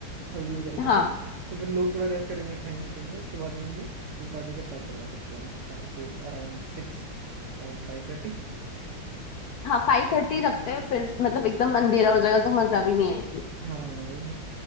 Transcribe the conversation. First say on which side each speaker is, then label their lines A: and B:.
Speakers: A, on the right; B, on the left.
A: हल्दी वगैरह तो
B: हाँ
A: सब तो फिर लोग थोड़ा रेस्ट करेंगे खाएंगे पियेंगे उसके बाद हम ये पूल पार्टी का स्टार्ट करवा सकते हैं शाम को अराउंड सिक्स और फाइव थर्टी
B: हाँ फाइव थर्टी रखते हैं फिर मतलब एकदम अंधेरा हो जाएगा तो मजा भी नहीं आएगी
A: हाँ वही ना